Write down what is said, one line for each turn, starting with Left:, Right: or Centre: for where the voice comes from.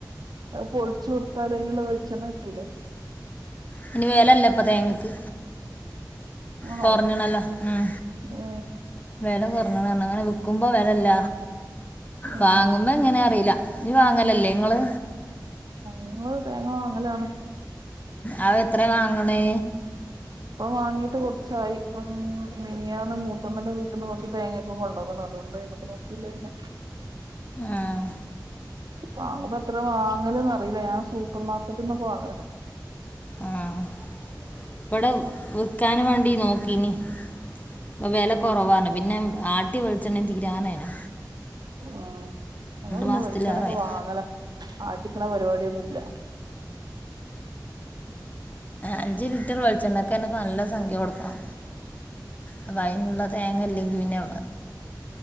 Right: അത് പൊളിച്ചു കൊടുത്താല് അതിനുള്ള വെളിച്ചെണ്ണ കിട്ടൂലേ.
Left: <unintelligible> വേലല്ല ഇപ്പ തേങ്ങക്ക്.
Right: ആണോ
Left: കുറഞ്ഞണല്ലോ ഉം
Right: ഏ
Left: വില കുറഞ്ഞ പറ അങ്ങനെ വിൽക്കുമ്പോ വിലല്ല
Right: ഏ
Left: വാങ്ങുമ്പോ എങ്ങനെ അറിയില്ല ഇത് വാങ്ങലല്ലേ നിങ്ങള്
Right: ഞങ്ങൾ തേങ്ങ വാങ്ങലാണ്
Left: അത് എത്രയാ വാങ്ങണെ
Right: ഇപ്പം വാങ്ങീട്ട് കുറച്ചായി ഇപ്പം മിനിയാന്ന് മൂത്തമ്മന്റെ വീട്ടിൽ നിന്ന് കുറച്ച് തേങ്ങൊക്കെ കൊണ്ടുുവന്ന അതുകൊണ്ട് പ്പ നോക്കിയില്ല പിന്നെ
Left: ആഹ്
Right: വാങ്ങുമ്പ എത്ര വാങ്ങല്ന്ന് അറിയില്ല ഞാൻ സൂപ്പർ മാർക്കറ്റന്നൊക്കെ വാങ്ങല
Left: ആഹ് ഇവിടെ വിക്കാൻ വേണ്ടി നോക്കീന് അപ്പൊ വില കുറവാണ് പിന്നെ ആട്ടി വെളിച്ചെണ്ണ തീരാനോണ്
Right: ആഹ് ഞങ്ങൾ പിന്നെ
Left: മാസത്തിലേറായി
Right: വെളിച്ചെണ്ണൊക്കെ വാങ്ങല ആട്ടിക്കണ പരിപാടിയൊന്നുംല്ല
Left: അഞ്ചു ലിറ്റർ വെളിച്ചെണ്ണക്കെന്ന നല്ല സംഖ്യ കൊടുക്കാം അപ്പം അതിനുള്ള തേങ്ങല്ലെങ്കിൽ പിന്നെ